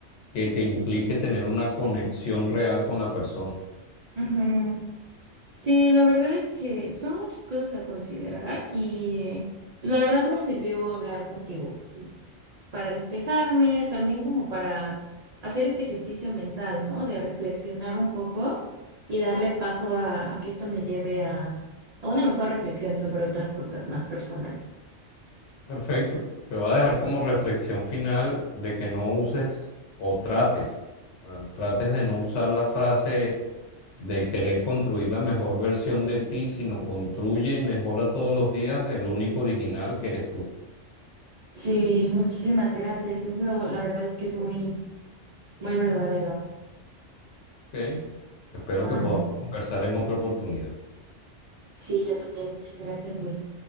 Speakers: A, on the left; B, on the right.
A: que te implique tener una conexión real con la persona.
B: Ujú. Sí, la verdad es que son muchas cosas a considerar y la verdad me sirvió hablar contigo. para despejarme, también como para hacer este ejercicio mental, ¿no? De reflexionar un poco y darle paso a, a que esto me lleve a, a una mejor reflexión sobre otras cosas más personales.
A: Perfecto. Te va a dejar como reflexión final de que no uses o trates, ah, trates de no usar la frase de querer construir la mejor versión de ti, sino construye y mejora todos los días el único original que eres tú.
B: Sí, muchísimas gracias. Eso la verdad es que es muy, muy verdadero.
A: ¿ok? Espero
B: Vale.
A: que podamos conversar en otra oportunidad.
B: Sí, yo también. Muchas gracias, Luis.